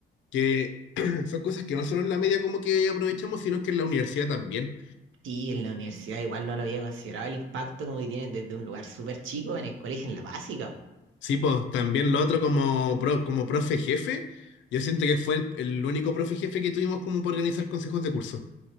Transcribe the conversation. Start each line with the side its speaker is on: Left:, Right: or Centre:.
Left: que <clears throat> son cosas que no solo en la media como que aprovechamos, sino que en la universidad también.
Right: Sí, en la universidad igual no lo había considerado el impacto como que tienen desde un lugar súper chico en el colegio, en la básica. po.
Left: Sí, pues también lo otro como, pro- como profe jefe, yo siento que fue el, el único profe jefe que tuvimos como para organizar consejos de curso.